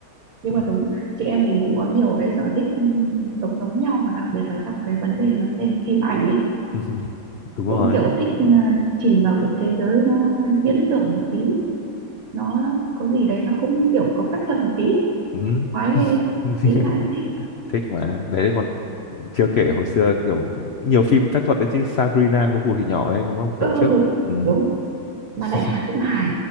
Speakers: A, on the right; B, on the left.
A: nhưng
B: Ừ.
A: mà đúng chị em mình cũng có nhiều cái sở thích ừ, giống giống nhau mà đặc biệt là trong cái vấn đề mà xem phim ảnh ấy
B: <laughs> đúng rồi
A: cũng kiểu thích ừ, chìm vào cái thế giới nó viễn tưởng một tí nó có gì đấy nó cũng kiểu có phép thuật một tí ấy.
B: ừ.
A: khoái ghê
B: <laughs>
A: ấy. nghĩ lại cũng thích
B: thích mà đấy còn chưa kể hồi xưa kiểu cũng nhiều phim phép thuật đấy chứ Sabrina cô phù thủy nhỏ đấy đúng không
A: ừ
B: kiểu
A: ừ
B: trước
A: ừ,
B: ừ.
A: đúng mà
B: <laughs>
A: lại hài cũng hài